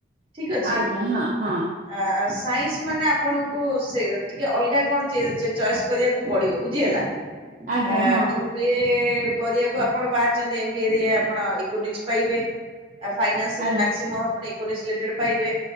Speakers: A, on the right; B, on the right.
A: ଠିକ ଅଛି
B: ଆଜ୍ଞା ହଁ ହଁ।
A: ଆ ସାଇନ୍ସ ମାନେ ଆପଣଙ୍କୁ ସେ ଟିକେ ଅଲଗା କଣ ଚଏସ୍ କରିବାକୁ ପଡିବ ବୁଝି ହେଲା।
B: ଆଜ୍ଞା
A: ଆ
B: ହଁ
A: ଏମ୍ ବି ଏ କରିବାକୁ ଆପଣ ବାହାରିଛନ୍ତି ଏମ୍ ବି ଏ ରେ ଆପଣ କନିକ୍ସ୍ ପାଇବେ ଫାଇନାନ୍ସ
B: ଆଜ୍ଞା
A: ରେ ମେକ୍ସିମମ୍ ଆପଣ କୋନିଶିଲେଟେଡ୍ ପାଇବେ।